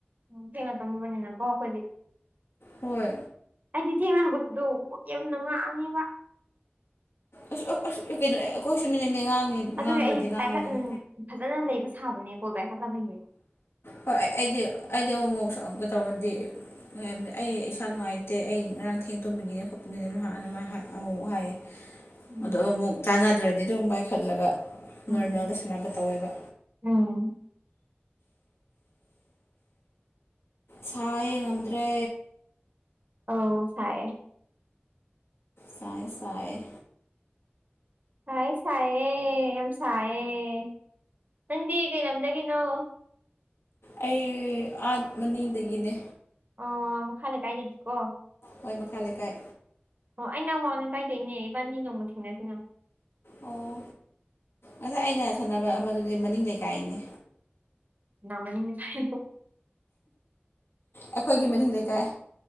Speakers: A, on the right; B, on the left.
A: ꯊꯦꯡꯅ ꯇꯨꯝꯕꯅꯤꯅꯀꯣ ꯑꯈꯣꯢꯗꯤ꯫
B: ꯍꯣꯏ
A: ꯑꯩꯗꯤ ꯊꯦꯡꯅ ꯍꯧꯒꯠꯄꯗꯣ ꯌꯨꯝꯅ ꯉꯥꯡꯉꯤꯕ꯫
B: ꯑꯁ ꯑꯁ ꯀꯩꯅꯣ ꯑꯩꯈꯣꯏꯁꯨꯅꯤꯅꯦ ꯉꯥꯡꯉꯤ꯫
A: ꯑꯗꯨꯒꯤ
B: ꯉꯥꯡꯕꯗꯤ
A: ꯑꯩ
B: ꯉꯥꯡꯕꯅꯤꯅ
A: ꯄꯥꯏꯈꯠ ꯐꯖꯅ ꯂꯩꯕ ꯁꯥꯕꯅꯦ ꯀꯣꯜ ꯄꯥꯏꯈꯠ ꯇꯕꯒꯤ꯫
B: ꯍꯣꯏ ꯑꯩꯗꯤ ꯑꯩꯗꯤ ꯑꯃꯨꯛ ꯃꯨꯛ ꯁꯪꯀ ꯇꯧꯔꯗꯤ꯫ ꯑꯩ ꯏꯁꯥ ꯅꯨꯡꯉꯥꯏꯇꯦ ꯑꯩ ꯉꯔꯥꯡ ꯊꯦꯡ ꯇꯨꯝꯕꯒꯤꯅꯦ ꯈꯣꯠꯄꯒꯤꯅꯦ ꯑꯗꯨꯝ ꯍꯥꯢ ꯑꯃꯨꯛ ꯃꯨꯛ ꯍꯥꯏꯌꯦ꯫ <inaudible>
A: ꯎꯝ
B: ꯑꯃꯨ ꯃꯨꯛ ꯆꯥꯟꯅꯗ꯭ꯔꯗꯤ ꯑꯗꯨꯝ ꯄꯥꯏꯈꯠꯂꯒ
A: ꯎꯝ
B: ꯅꯣꯔꯃꯦꯜꯒ ꯁꯥꯟꯅꯕ ꯇꯧꯋꯦꯕ꯫
A: ꯎꯝ
B: ꯁꯥꯢꯌꯦ ꯉꯝꯗ꯭ꯔꯦ꯫
A: ꯑꯧ ꯁꯥꯏꯌꯦ꯫
B: ꯁꯥꯏꯌꯦ ꯁꯥꯏꯌꯦ꯫
A: ꯁꯥꯌꯦ ꯁꯥꯏꯌꯦ ꯌꯥꯝ ꯁꯥꯏꯌꯦ꯫ ꯅꯪꯗꯤ ꯀꯩ ꯂꯝꯗꯒꯤꯅꯣ?
B: ꯑꯩ ꯑꯥꯠ ꯃꯅꯤꯡꯗꯒꯤꯅꯦ꯫
A: ꯑꯣ ꯃꯈꯥ ꯂꯩꯀꯥꯏꯗꯒꯤꯀꯣ?
B: ꯍꯣꯏ ꯃꯈꯥ ꯂꯩꯀꯥꯏ꯫
A: ꯑꯣ ꯑꯩꯅ ꯑꯋꯥꯡ ꯂꯩꯀꯥꯏꯗꯩꯅꯦ ꯏꯕꯥꯟꯅꯤ ꯅꯣꯡꯃ ꯊꯦꯡꯅꯁꯤꯅ꯫
B: ꯑꯣ ꯑꯗꯣ ꯑꯩꯅ ꯁꯥꯟꯅꯕ ꯑꯃꯗꯨꯗꯤ ꯃꯅꯤꯡ ꯂꯩꯀꯥꯏꯅꯦ꯫
A: ꯅꯥ ꯃꯅꯤꯡ ꯂꯩꯀꯥꯏ <unintelligible>
B: ꯑꯩꯈꯣꯏꯒꯤ ꯃꯅꯤꯡ ꯂꯩꯀꯥꯏ꯫